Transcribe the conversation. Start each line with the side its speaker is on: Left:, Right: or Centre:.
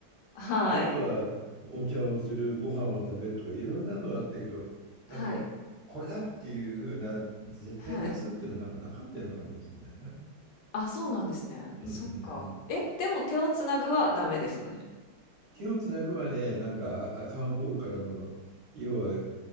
Left: はい。
Right: で、あとはお茶をする、ご飯を食べるとか、いろんなのがあったけど、なんか、
Left: はい。
Right: これだっていう風な、絶対多数っていうのはなんかなかったような感じですね。
Left: はい。
Right: うん
Left: あ、そうなんですね。
Right: うんう
Left: そっか。
Right: ん。
Left: え、でも手をつなぐはダメですよね。
Right: 手をつなぐはね、なんか、ああかん方からの、要は、